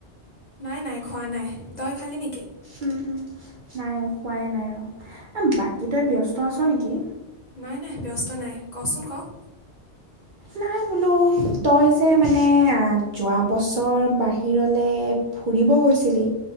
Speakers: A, on the left; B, on the right.
A: নাই নাই খোৱা নাই। তই খালি নেকি?
B: উম, উম, নাই অ', খোৱাই নাই ৰ' বাকী তই ব্যস্ত আছ নেকি?
A: নাই নাই ব্যস্ত নাই কচোন ক'?
B: নাই বোলো তই যে মানে যোৱা বছৰ বাহিৰলৈ ফুৰিব গৈছিলি।